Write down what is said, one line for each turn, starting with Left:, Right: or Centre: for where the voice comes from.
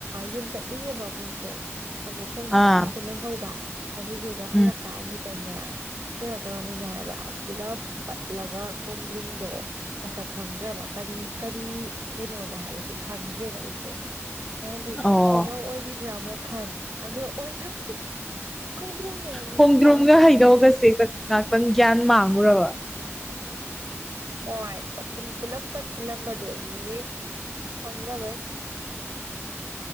Right: ꯌꯨꯝ ꯆꯠꯂꯨꯏꯌꯦꯕ ꯑꯩꯈꯣꯏ ꯁꯦ ꯈꯣꯡꯗ꯭ꯔꯨꯝ
Centre: ꯑꯥ
Right: ꯑꯃꯁꯦ ꯂꯩꯍꯧꯕ ꯑꯗꯨꯗꯨꯒ ꯍꯜꯂꯛꯀꯥꯟꯁꯤ
Centre: ꯎꯝ
Right: ꯗꯅꯦ ꯀꯩꯅꯣ ꯇꯧꯔꯝꯃꯤꯅꯦ ꯍꯥꯏꯕ ꯄꯨꯂꯞ ꯄꯠꯂꯒ ꯈꯣꯡꯗ꯭ꯔꯨꯝꯗꯣ ꯃꯁꯛ ꯈꯪꯗ꯭ꯔꯕ ꯀꯔꯤ ꯀꯔꯤ ꯀꯩꯅꯣ ꯅꯣ ꯍꯥꯏꯕꯁꯦ ꯈꯪꯗ꯭ꯔꯦꯕ ꯑꯩꯁꯦ ꯍꯥꯏꯗꯤ
Centre: ꯑꯣ
Right: ꯍꯩꯅꯧ ꯑꯣꯏꯔꯤꯕ꯭ꯔꯥ ꯑꯃꯨꯛ ꯈꯟ ꯑꯗꯣ ꯑꯣꯏꯔ ꯈꯣꯡꯗ꯭ꯔꯨꯝꯅꯦ ꯅꯤꯡꯁꯤꯡꯉꯛꯏꯅꯦ
Centre: ꯈꯣꯡꯗ꯭ꯔꯣꯝꯒ
Right: ꯍꯥꯏꯕ
Centre: ꯍꯩꯅꯧꯒꯁꯦ
Right: ꯈꯣꯡꯗ꯭ꯔꯨꯝ
Centre: ꯉꯥꯛꯇꯪ ꯒ꯭ꯌꯥꯟ ꯃꯥꯡ ꯉꯨꯔꯕ
Right: ꯍꯣꯏ ꯄꯠ ꯄꯨꯂꯞ ꯄꯠꯁꯤꯜꯂꯝꯕꯗꯣ ꯑꯗꯨꯒꯤ ꯈꯪꯗꯕꯩ